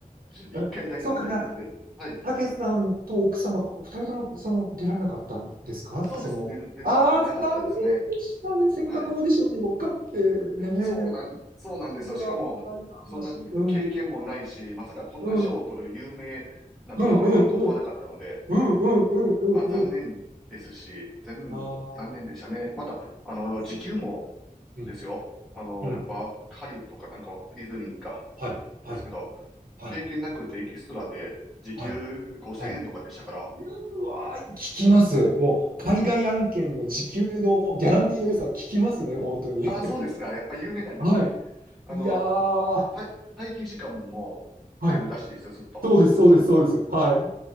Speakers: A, in the centre; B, on the right (about 80°).
A: 一回だけの経験で。
B: <laughs> そうか、
A: はい。
B: たけさんと奥様が、二人ともその出られなかったんですかその、
A: そうです。で、で、
B: ああ、
A: でなかったですね。
B: 残念でしたね。せっかくオーディションにも受かってね。
A: はい。そうなん、そうなんですよ。
B: うわ、
A: しかも、
B: 羨ましい。
A: そんな経験もないし、
B: うん、
A: まさかこんな賞を取る有名なドラマになると思わなかったので、
B: うん、うん、うん、うん、うん、うん、うん、うん。
A: まあ残念ですし、
B: うん
A: 残念、
B: あー
A: 残念でしたね。また、あの、
B: あ、そ
A: 時給も
B: う。うん、
A: ですよ。あの、
B: うん。
A: やっぱ、ハリウッドかなんかわか、ディズニーか、
B: はい、
A: ですけど、
B: はい、はい、
A: 経験なくてエキストラで時給5000円とかでしたから、
B: はい、はい。うわー、聞きます。もう、海外案件の時給のギャランティーの良さ聞きますね、本当に。
A: ああ、そうですか。やっぱ有名なんですね。
B: はい。
A: あの、
B: いやー、
A: た待機時間も出るらしいですよ、
B: はい。
A: ずっと。
B: そうです、そうです、そうです。はい。